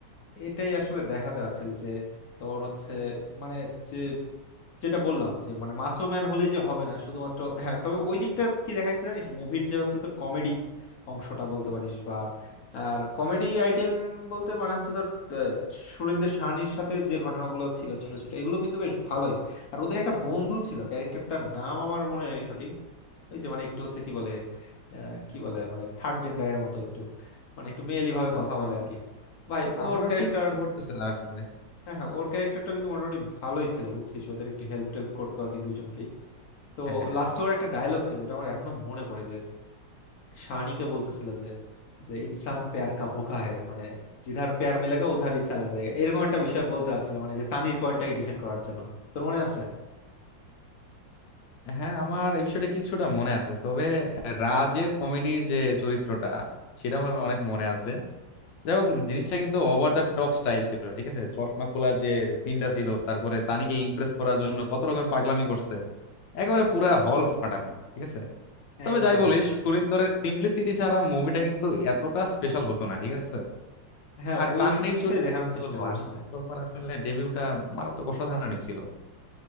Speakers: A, on the left; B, on the left.
A: এটাই আসলে দেখাতে চাচ্ছিল যে তোর হচ্ছে মানে যে যেটা বললাম যে মানে মাচো ম্যান হলেই যে হবে না শুধুমাত্র হ্যাঁ তবে ওই দিকটা কি দেখাইছে জানিস মুভির যে হচ্ছে তোর কমেডি অংশটা বলতে পারিস বা আর কমেডি আইটেম বলতে মানে হচ্ছে তোর আহ, সুরিন্দর সাহানির সাথে যে ঘটনাগুলো ছিল ছোট ছোট এগুলো কিন্তু বেশ ভালোই আর ওদের একটা বন্ধু ছিল ক্যারেক্টারটার নাম আমার মনে নেই সঠিক ওই যে মানে একটু হচ্ছে কি বলে আহ, কি বলে মানে থার্ড জেন্ডারের মতো একটু মানে একটু মেয়েলি ভাবে
B: আহ,
A: কথা বলে
B: আহ,
A: আর কি ভাই ওর
B: আমারও
A: ক্যারেক্টার
B: ঠিক মনে পড়তেছে না আসলে
A: হ্যাঁ হ্যাঁ ওর ক্যারেক্টারটা কিন্তু মোটামুটি ভালোই ছিল বুঝছিস ওদের একটু হেল্প টেল্প করতো আর কি দুইজনকেই তো
B: হ্যাঁ হ্যাঁ
A: লাস্টে ওর একটা ডায়লগ ছিল ওটা আমার এখনো মনে পড়ে যে শানিকে বলতেছিল যে যে ইনসান প্যার কা ভুকা হে মানে জিধার প্যার মিলেগা উধার ই চালা যায়গা এরকম একটা বিষয় বলতে চাচ্ছিল মানে যে তানির পয়েন্টটাকে ডিফেন্ড করার জন্য তোর মনে আছে
B: হ্যাঁ আমার এই বিষয়টা কিছুটা মনে আছে তবে রাজের কমেডির যে চরিত্রটা সেটা আমার অনেক মনে আছে যাই হোক জিনিসটা কিন্তু ওভার দ্য টপ স্টাইল ছিল ঠিক আছে চশমা খোলার যে সিনটা ছিল তারপরে তানিকে ইমপ্রেস করার জন্য কত রকম পাগলামি করছে একেবারে পুরা হল ফাটানো ঠিক আছে তবে
A: একদম
B: যাই বলিস সুরিন্দরের সিম্পলিসিটি ছাড়া মুভিটা কিন্তু এতটা স্পেশাল হতো না ঠিক আছে
A: হ্যাঁ
B: আর
A: ওই
B: তানির
A: জিনিসটাই
B: চরিত্র
A: দেখানোর
B: কি
A: চেষ্টা
B: বলবো
A: করছে
B: আনিস শর্মার আসলে ডেবিউটা মারাত্মক অসাধারণই ছিল